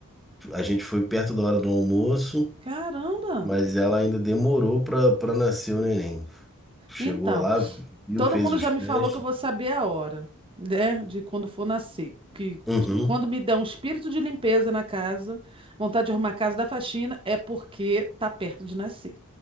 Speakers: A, in the centre; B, on the right (about 25°).
A: A gente foi perto da hora do almoço,
B: Caramba!
A: mas ela ainda demorou para para nascer o neném. Chegou
B: Então,
A: lá, viu,
B: todo
A: fez
B: mundo
A: os
B: já me
A: testes.
B: falou que eu vou saber a hora, né, de quando for nascer. Que
A: Uhum.
B: t- quando me dá um espírito de limpeza na casa, vontade de arrumar a casa da faxina, é porque tá perto de nascer.